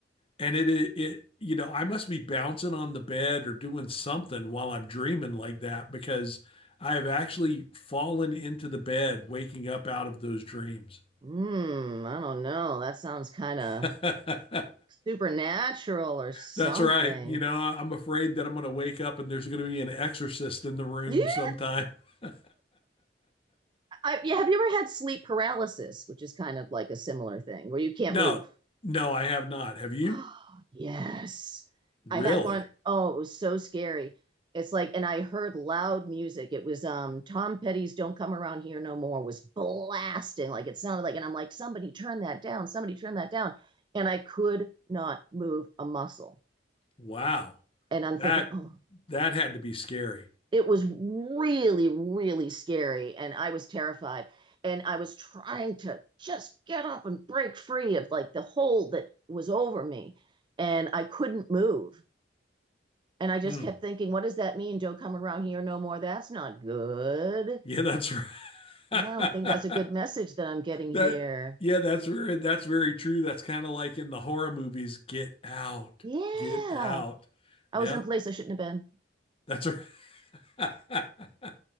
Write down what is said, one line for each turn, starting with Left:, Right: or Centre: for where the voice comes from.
Left: and it, it it you know I must be bouncing on the bed or doing something while I'm dreaming like that because I have actually fallen into the bed waking up out of those dreams.
Right: mm, I don't know. That sounds kind of
Left: <laughs>
Right: supernatural or something.
Left: That's right. You know, I'm afraid that I'm going to wake up and there's going to be an exorcist in the room
Right: Yeah,
Left: sometime. <laughs>
Right: I, yeah. Have you ever had sleep paralysis, which is kind of like a similar thing where you can't
Left: No,
Right: move?
Left: no, I have not. Have you?
Right: <gasps> Yes.
Left: Really?
Right: I had one. Oh, it was so scary. It's like, and I heard loud music. It was um Tom Petty's Don't Come Around Here No More was blasting. Like it sounded like, and I'm like, somebody turn that down, somebody turn that down. And I could not move a muscle.
Left: Wow.
Right: And I'm
Left: That
Right: thinking, oh,
Left: that had to be scary.
Right: it was really, really scary. And I was terrified. And I was trying to just get up and break free of like the hold that was over me. And I couldn't move. And I just
Left: Hmm.
Right: kept thinking, what does that mean? Don't come around here no more. That's not good.
Left: Yeah, that's <laughs> right.
Right: I
Left: <laughs>
Right: don't think that's a good message that I'm getting here.
Left: That yeah, that's very that's very true. That's kind of like in the horror movies, Get Out,
Right: Yeah.
Left: Get Out.
Right: I
Left: Yeah,
Right: was in a place I shouldn't have been.
Left: that's right. <laughs>